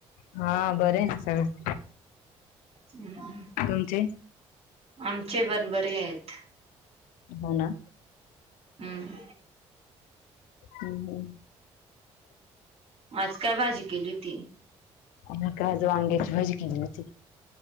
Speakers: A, on the left; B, on the right.
A: हा बरे ना सगळं
B: हम् हम.
A: तुमचे?
B: आमचे पण बरे आहेत.
A: हो ना?
B: हम्.
A: हम् हम.
B: आज काय भाजी केली होती?
A: मि का आज वांग्याची भाजी केली होती.